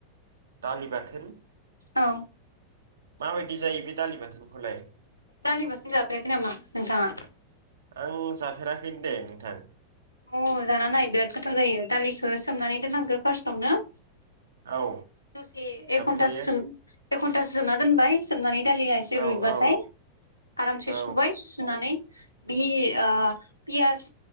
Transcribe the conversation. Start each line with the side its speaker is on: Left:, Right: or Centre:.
Right: दालि बाथोन?
Left: औ
Right: माबायदि जायो बे दालि बाथोनखौलाय?
Left: दालि बाथोन जाफेराखै नामा नोंथाङा?
Right: आं जाफेराखैनो दे नोंथां।
Left: अ जाना नाय बिराद गोथाव जायो दालिखौ सोमनानै दोननांगो फार्स्टआवनो।
Right: औ
Left: दसे एखघनथासो
Right: ओमफ्रायो
Left: सोम एखन थासो सोमना दोनबाय सोमनानै दालिया एसे
Right: औ
Left: रुइबाथाय
Right: औ
Left: आरामसे
Right: औ
Left: सुबाय सुनानै बि आ पियास